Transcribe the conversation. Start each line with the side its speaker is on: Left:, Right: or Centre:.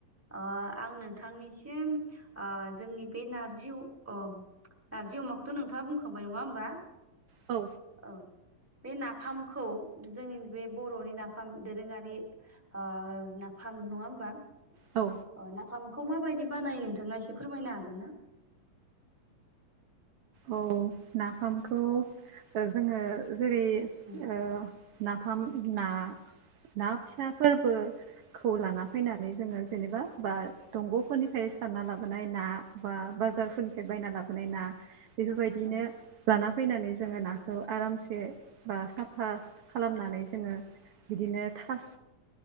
Centre: ओ आं नोंथांनिसिम जोंनि बे नारजि नारजि अमाखौथ' नोंथाङा बुंखांबाय नङा होमबा
Right: औ
Centre: औ बे नाफामखौ जोंनि बे बर'नि नाफाम दोरोङारि ओ नाफाम नङा होमबा
Right: औ
Centre: अ नाफामखौ माबायदि बानायो नोंथाङा एसे फोरमायनो हागोन ना
Right: औ नाफामखौ जोङो जेरै
Centre: उम
Right: ओ नाफाम ना ना फिसा फोरबोखौ लाना
Centre: औ
Right: फैना नै जोङो जेनेबा बा दंग'फोरनिफ्राय सारना लाबोनाय ना बा बाजारफोरनि बायना लाबोनाय ना बेफोरबायदिनो
Centre: औ
Right: जाना फैनानै जोङो नाखौ आरामसे बा साफा खालामनानै जोङो बिदिनो थास'